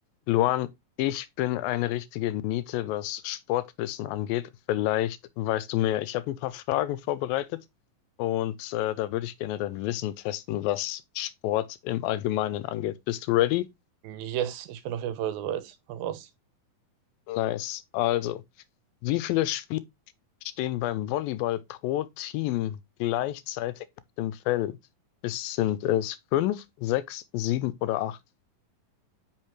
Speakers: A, on the left (about 80°); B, on the right (about 80°).
A: Luan, ich bin eine richtige Niete, was Sportwissen angeht. Vielleicht weißt du mehr. Ich habe ein paar Fragen vorbereitet und äh, da würde ich gerne dein Wissen testen, was Sport im Allgemeinen angeht. Bist du ready?
B: Yes, ich bin auf jeden Fall soweit. Hau Raus.
A: Nice. Also, wie viele Spieler stehen beim Volleyball pro Team gleichzeitig auf dem Feld? Es sind äh, es fünf, sechs, sieben oder acht?